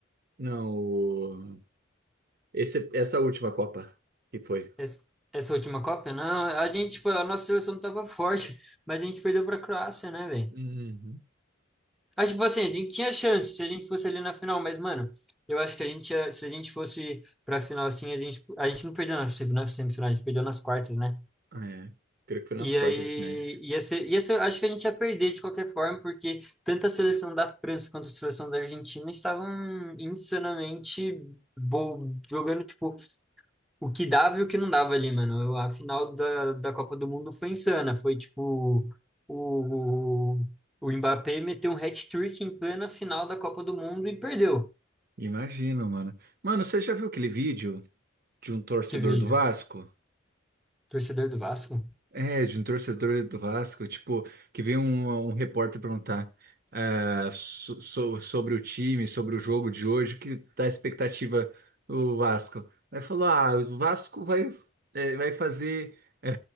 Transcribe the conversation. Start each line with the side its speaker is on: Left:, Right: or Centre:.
Right: Não, o Esse, essa última Copa que foi.
Centre: Essa, essa última Copa? Não, a gente, tipo, a nossa seleção tava <laughs> forte, mas a gente perdeu pra Croácia, né, velho?
Right: Uhum.
Centre: Acho tipo assim, a gente tinha chance se a gente fosse ali na final, mas, mano, eu acho que a gente, ia- se a gente fosse pra final assim, a gente, a gente não perdeu na, sem- na semifinal, a gente perdeu nas quartas, né?
Right: Ah, É, creio que foi nas
Centre: E
Right: quartas
Centre: aí,
Right: de finais.
Centre: ia ser, ia ser, acho que a gente ia perder de qualquer forma, porque tanto a seleção da França quanto a seleção da Argentina estavam insanamente bo- jogando, tipo, o que dava e o que não dava ali, mano. Eu- a final da, da Copa do Mundo foi insana. Foi, tipo, o, o Mbappé meteu um hat-trick em plena final da Copa do Mundo e perdeu.
Right: Imagino, mano. Mano, você já viu aquele vídeo de um torcedor
Centre: Que vídeo.
Right: do Vasco?
Centre: Torcedor do Vasco?
Right: É, de um torcedor do Vasco, tipo, que veio um, um repórter perguntar ah, so- so- sobre o time, sobre o jogo de hoje, que tá a expectativa do Vasco. Aí falou, ah, o Vasco vai, é, vai fazer. <laughs> eh,